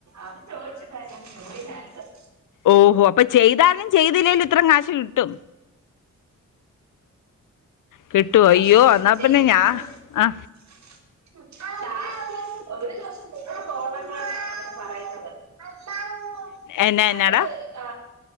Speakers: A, on the right; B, on the left.
A: അത് ചോദിച്ചിട്ട തട്ട <inaudible>
B: ഓ... അപ്പൊ ചെയ്താലും ചെയ്തില്ലേലും ഇത്രേം കാശ് കിട്ടും കിട്ടുവോ
A: പ
B: അയ്യോ എന്നാ
A: ചെയ
B: പിന്നെ
A: <unintelligible>
B: ഞാ ആ
A: <inaudible> <inaudible>
B: എന്നാ എന്നാടാ
A: അത്... ആ...